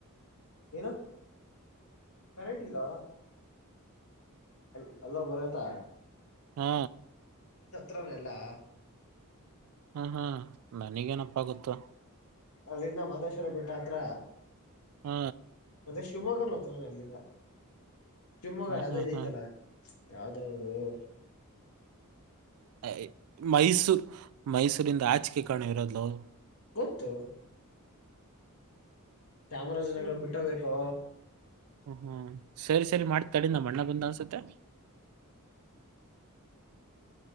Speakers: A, on the left (about 75°); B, on the right (about 70°).
A: ಏನು ಕರೆಂಟ್ ಇಲ್ಲವಾ ಅ ಅಲ್ಲ ಬರಯ್ತಾ
B: ಹಾ
A: ಅಲ್ಲಿಂದ ಹತ್ರನ ಎಲ್ಲಾ
B: ಹಾ ಹ್ಮ ನನಿಗೇನಪ್ಪ ಗೊತ್ತು
A: ಅಲ್ಲಿಂದ ಮಾದೇಶ್ವರ ಬಿಟ್ಟ ಹತ್ರ
B: ಹ್ಮ
A: ಅದೇ ಶಿವಮೊಗ್ಗನ ಹತ್ರ ಅಲ್ಲಿಗ ಶಿವಮೊಗ್ಗ
B: ಹಾ
A: ಯಾವವು್ದೋ
B: ಹಾ
A: ಇದೈತಲ್ಲ
B: ಹಾ
A: ಯ ಹ
B: ಅ ಮೈಸೂರ್ ಮೈಸೂರಿಂದ ಆಚಿಕೆ ಕಾಣ ಇರೋದಲು
A: ಗೊತ್ತು ಚಾಮರಾಜನಗ ಬಿಟ್ಟಬೇಕು
B: ಹ್ಮ್ ಸರಿ ಸರಿ ಮಾಡಿ ತಡ ನ ಅಣ್ಣ ಬಂದ್ ಅನ್ಸುತ್ತೆ
A: <inaudible>